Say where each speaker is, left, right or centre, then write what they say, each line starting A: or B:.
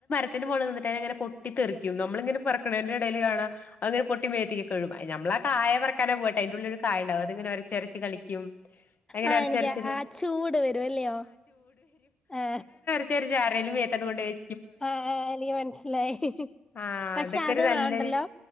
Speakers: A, on the left; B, on the left.
A: ത്തിൻ്റെ മോളിൽ നിന്നിട്ട് അതിങ്ങനെ പൊട്ടി തെറിക്കും നമ്മളിങ്ങനെ പറക്കണതിന്റെ ഇടൽ കാണ അങ്ങെ പൊട്ടി മേത്തിക്കൊക്കെ കഴും നമ്മള ആ കായെ പറക്കാന പോട്ടെ അയിന്റെുള്ളിലൊരു സായ ഉണ്ടാവും അത്ങ്ങെരച്ചിരച്ച് കളിക്കും അങ്ങനെ
B: ആ
A: ഒരച്ചരച്ചന്ന്
B: എനിക്ക് ആ ചൂട് വരുവല്ലയോ ആ
A: ച്ചുരച്ച് ആരേലും മേത്തങ്ങട്ട് കൊണ്ടോയി
B: ആ എനിക്ക് മനസ്സിലായി
A: ആ
B: പക്ഷെ
A: അതൊക്കെ
B: അത്
A: ഒരു നല്ലൊരു
B: വണ്ടല്ലോ